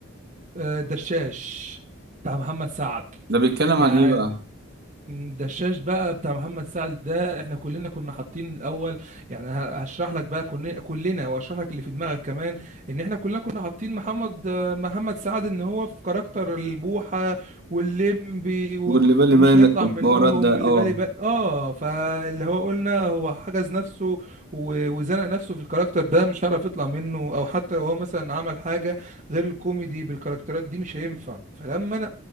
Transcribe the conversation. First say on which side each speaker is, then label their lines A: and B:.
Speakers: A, on the right (about 35°); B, on the right (about 50°).
A: آه، الدشاش بتاع محمد سعد
B: ده بيتكلم
A: يعني
B: عن ايه بقى
A: الدشاش بقى بتاع محمد سعد ده احنا كلنا كنا حاطين الاول يعني ه- هشرح لك بقى كنا كلنا واشرح لك اللي في دماغك كمان ان احنا كلنا كنا حاطين محمد محمد سعد ان هو في كاركتر البوحة واللمبي و...
B: واللي بالي
A: ومش
B: بالك
A: هيطلع
B: والحوارات
A: منهم
B: ده
A: واللي
B: اه
A: بالي بقى اه فاللي هو قلنا هو حجز نفسه و... وزنق نفسه في الكاركتر ده مش هيعرف يطلع منه او حتى لو هو مثلا عمل حاجة غير الكوميدي بالكاركترات دي مش هينفع فلما انا